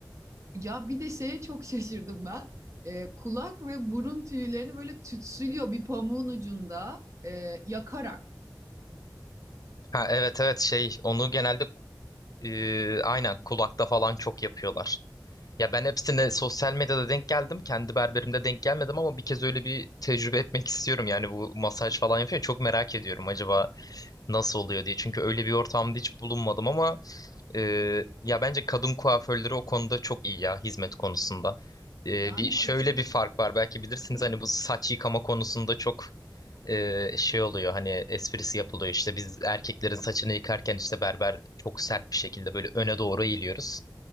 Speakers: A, on the right; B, on the left.
A: Ya bir de şeye çok şaşırdım ben. E, kulak ve burun tüylerini böyle tütsülüyor bir pamuğun ucunda e, yakarak.
B: Ha evet evet şey onu genelde e, aynen kulakta falan çok yapıyorlar. Ya ben hepsine sosyal medyada denk geldim. Kendi berberimde denk gelmedim ama bir kez öyle bir tecrübe etmek istiyorum. Yani bu masaj falan yapıyor. Çok merak ediyorum acaba nasıl oluyor diye. Çünkü öyle bir ortamda hiç bulunmadım ama Ee, ya bence kadın kuaförleri o konuda çok iyi ya hizmet konusunda. Ee,
A: Yani
B: bir şöyle
A: açık.
B: bir fark var belki bilirsiniz
A: Hı
B: hani bu saç yıkama konusunda çok e, şey oluyor hani esprisi yapılıyor işte biz erkeklerin saçını yıkarken işte berber çok sert bir şekilde böyle öne doğru eğiliyoruz.